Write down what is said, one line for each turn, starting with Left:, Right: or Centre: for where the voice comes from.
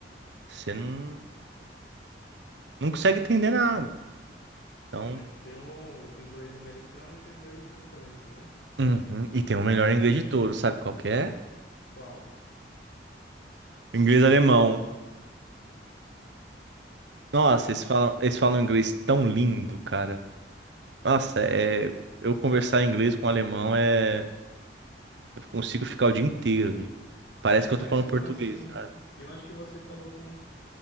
Right: Você não, não consegue entender nada. Então,
Left: Sim, mas tem um inglês americano e tem um inglês britânico, né?
Right: uhum. E tem o melhor inglês de todos, sabe qual que é?
Left: Qual?
Right: Inglês e alemão. Nossa,
Left: Ué,
Right: eles falam, eles falam inglês tão lindo, cara. Nossa, é, eu conversar inglês com alemão é. Eu consigo ficar o dia inteiro ali. Parece que eu
Left: mas
Right: tô falando
Left: como
Right: português,
Left: assim?
Right: cara.
Left: E onde que você falou com?